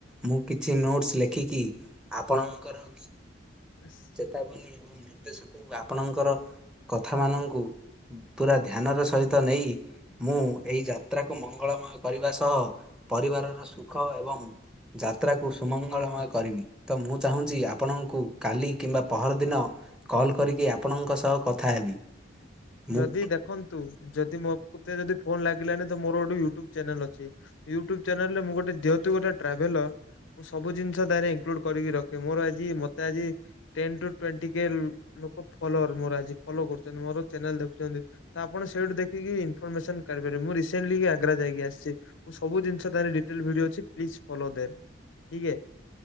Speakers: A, in the centre; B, on the left.
A: ମୁଁ କିଛି ନୋଟସ୍ ଲେଖିକି ଆପଣଙ୍କର
B: ବାସ।
A: ଚେତାବନୀ ଏବଂ ନିର୍ଦ୍ଦେଶକକୁ ଆପଣଙ୍କର କଥା ମାନଙ୍କୁ। ପୁରା ଧ୍ୟାନ ର ସହିତ ନେଇ। ମୁଁ ଏଇ ଯାତ୍ରାକୁ ମଙ୍ଗଳମୟ କରିବା ସହ ପରିବାରର ସୁଖ ଏବଂ। ଯାତ୍ରାକୁ ସୁମଙ୍ଗଳମୟ କରିବି ତ ମୁଁ ଚାହୁଁଛି ଆ ପଣଙ୍କୁ କାଲି କିମ୍ବା ପହରଦିନ କଲ କରିକି ଆପଣଙ୍କ ସହ କଥା ହେବି।
B: ଯଦି
A: ମୁଁ
B: ଦେଖନ୍ତୁ ଯଦି ମୋ କୁ ତେ ଯଦି ଫୋନ ଲାଗିଲାନି ତ ମୋର ଗୋଟେ ୟୁ ଟ୍ୟୁବ ଚ୍ୟାନେଲ ଅଛି। ୟୁ ଟ୍ୟୁବ ଚ୍ୟାନେଲରେ ମୁଁ ଗୋଟେ ଯେହେତୁ ଗୋଟେ ଟ୍ରାଭେଲର। ମୁଁ ସବୁ ଜିନିଷ ତାଇଁରେ ଇନକ୍ଲୁଡ କରିକି ରଖେ ମୋର ଆଜି ମତେ ଆଜି। ଟେନ ଟୁ ଟ୍ୱେଣ୍ଟି କେ ଲୋକ ଫଲୋୟର ମୋର ଆଜି ଫଲୋ କରୁଛନ୍ତି ମୋର। ଚ୍ୟାନେଲ ଦେଖୁଛନ୍ତି ତ ଆପଣ ସେଇଠୁ ଦେଖିକି ଇନଫର୍ମେସନ କାଢ଼ିପାରିବେ ମୁଁ ରିସେଣ୍ଟଲି ଆଗ୍ରା ଯାଇକି ଆସିଛି। ମୁଁ ସବୁ ଜିନିଷ ତାଇଁରେ ଡିଟେଲ ଭିଡିଓ ଅଛି। ପ୍ଲିଜ୍ ଫଲୋ ଦେୟାର ଠିକ ହେ।